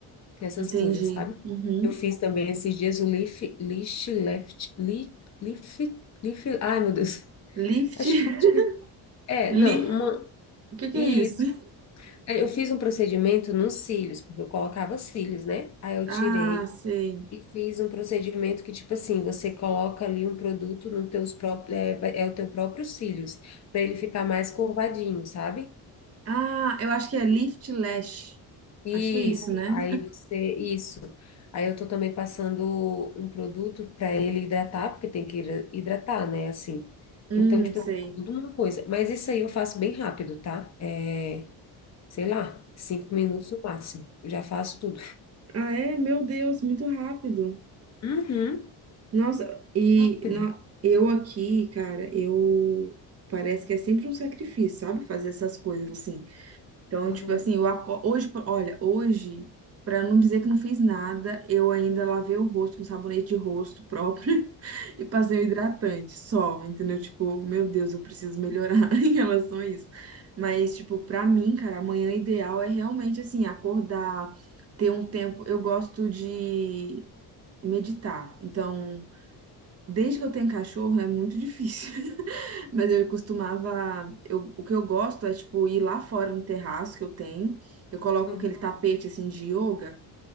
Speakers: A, on the left; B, on the right.
A: essas
B: Entendi.
A: coisas, sabe?
B: Uhum.
A: Eu fiz também esses dias o Leaf, Leaf Left, Leaf, Leaf, Leaf, ai meu Deus,
B: Lift.
A: acho
B: <laughs>
A: que é,
B: Li...
A: não, uma,
B: O que que
A: isso,
B: é isso?
A: É, eu fiz um procedimento nos cílios, porque eu colocava cílios, né? Aí eu
B: Ah,
A: tirei
B: sei.
A: e fiz um procedimento que, tipo assim, você coloca ali um produto no teus próprios, é, vai- é o teu próprio cílios, para ele ficar mais curvadinho, sabe?
B: Ah, eu acho que é Lift Lash.
A: Isso,
B: Acho que é isso, né?
A: aí você, isso. Aí eu tô também passando um produto para ele hidratar, porque tem que hidra- hidratar, né, assim.
B: Hum,
A: Então, tipo, assim,
B: sei.
A: tudo uma coisa. Mas isso aí eu faço bem rápido, tá? É, sei lá, cinco minutos no máximo. Eu já faço tudo.
B: Ah, é? Meu Deus, muito rápido.
A: Uhum,
B: Nossa, e
A: rápido.
B: no- eu aqui, cara, eu parece que é sempre um sacrifício, sabe? Fazer essas coisas assim. Então,
A: Uhum,
B: tipo assim, eu aco... hoje, por- olha, hoje, pra não dizer que não fiz nada, eu ainda lavei o rosto com sabonete de rosto próprio <laughs> e passei o hidratante só, entendeu? Tipo, meu Deus, eu preciso melhorar <laughs> em relação a isso. Mas, tipo, pra mim, cara, amanhã ideal é realmente assim, acordar, ter um tempo. Eu gosto de meditar. Então, Desde que eu tenho cachorro é muito difícil. <laughs> Mas eu costumava. Eu, o que eu gosto é, tipo, ir lá fora no terraço que eu tenho. Eu coloco
A: uhum.
B: aquele tapete, assim, de yoga